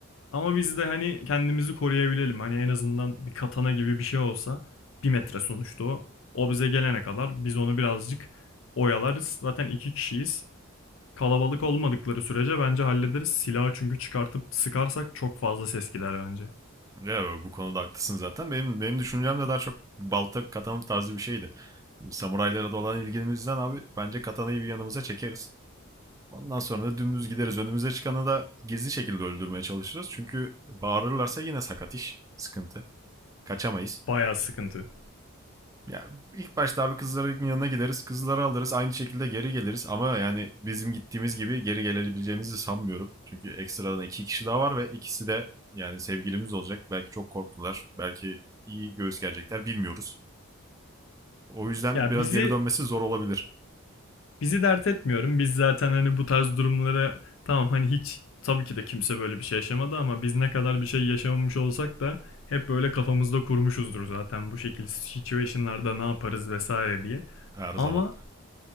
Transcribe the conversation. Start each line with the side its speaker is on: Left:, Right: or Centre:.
Left: ama biz de hani kendimizi koruyabilelim. Hani en azından bir katana gibi bir şey olsa bir metre sonuçta o. O bize gelene kadar biz onu birazcık oyalarız. Zaten iki kişiyiz. Kalabalık olmadıkları sürece bence hallederiz. Silahı çünkü çıkartıp sıkarsak çok fazla ses gider bence.
Right: Ya bu konuda haklısın zaten. Benim benim düşüncem de daha çok balta katana tarzı bir şeydi. Samuraylara da olan ilgimizden abi bence katanayı bir yanımıza çekeriz. Ondan sonra da dümdüz gideriz. Önümüze çıkanı da gizli şekilde öldürmeye çalışırız. Çünkü bağırırlarsa yine sakat iş. Sıkıntı. Kaçamayız.
Left: Bayağı sıkıntı.
Right: Ya ilk başta abi kızların yanına gideriz, kızları alırız, aynı şekilde geri geliriz ama yani bizim gittiğimiz gibi geri gelebileceğimizi sanmıyorum. Çünkü ekstradan iki kişi daha var ve ikisi de yani sevgilimiz olacak. Belki çok korktular, belki iyi göğüs gelecekler bilmiyoruz. O yüzden
Left: Ya
Right: biraz
Left: bizi
Right: geri dönmesi zor olabilir
Left: bizi dert etmiyorum. Biz zaten hani bu tarz durumlara tamam hani hiç tabii ki de kimse böyle bir şey yaşamadı ama biz ne kadar bir şey yaşamamış olsak da hep böyle kafamızda kurmuşuzdur zaten bu şekil situation'larda ne yaparız vesaire diye.
Right: her
Left: Ama
Right: zaman.